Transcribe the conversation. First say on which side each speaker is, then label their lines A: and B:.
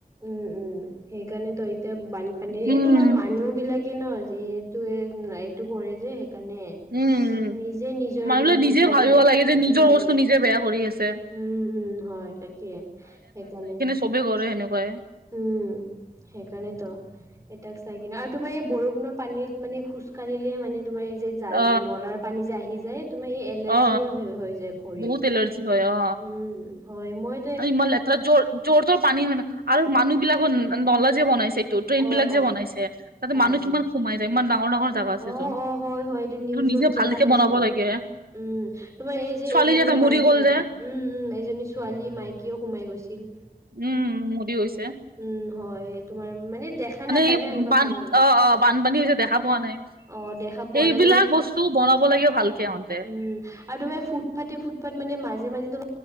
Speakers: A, on the right; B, on the right.
A: উম, উম, সেইকাৰণে, তই এতিয়া বানপানীৰ
B: উম
A: এই তোমাৰ
B: উম
A: মানুহ বিলাকে যিহেতুৱে এইটো কৰে যে সেইকাৰণে
B: উম
A: নিজে, নিজৰ
B: মানুহবিলাক
A: এইটো
B: নিজে
A: বিপদত
B: ভাবিব লাগে যে নিজৰ
A: উম
B: বস্তু নিজে বেয়া কৰি আছে
A: উম, উম, হয় তাকে, সেইকাৰণে
B: সবে কৰে সেনেকুৱাই
A: উম, সেইকাৰণেতো এতাক চাই কিনে আৰু তোমাৰ এই বৰষুণৰ পানীত মানে খোজকাঢ়িলে মানে তোমাৰ এই যে জাল
B: অ
A: নলাৰ পানী যে আহি যায় তোমাৰ এই এলাৰ্জিও
B: অ
A: হৈ যায়, ভৰিত
B: বহুত এলাৰ্জি হয় অ
A: উম হয় মই
B: আৰু ইমান লেতেৰা জোৰ জোৰ তৰ পানী হয় ন, আৰু মানুহ বিলাকৰ নলা যে বনাইছে তো ট্ৰেইন
A: অ',
B: বিলাক যে,
A: অ',
B: বনাইছে তাতে
A: অ',
B: মানুহ কিমান সোমাই যায়, ইমান ডাঙৰ ডাঙৰ জাগা আছে
A: অ',
B: চোন সেইটো
A: অ', হয়, হয় এইটো নিউজত
B: নিজে
A: দেখা
B: ভালকে
A: পাইছিলোঁ।
B: বনাব লাগে
A: উম, তোমাৰ এই যে
B: ছোৱালী
A: এইজনী
B: এটা
A: মাইকী
B: মৰি গ'ল যে
A: উম উম এইজনী ছোৱালীও, মাইকীও সোমাই গৈছিল।
B: উম্, মৰি গৈছে।
A: উম্, হয় তোমাৰ মানে দেখা নাপায়
B: এই
A: ন। সেনেকুৱা
B: বান
A: পানীত।
B: অ', অ', বানপানী হৈছে, দেখা পোৱা নাই।
A: অ', দেখা পোৱা
B: এইবিলাক
A: নাই
B: বস্তু বনাব লাগে ভালকে ইহঁতে।
A: উম্, আৰু ফুটপাঠৈ ফুটাপাঠে দি মাজে মাজে তোৰ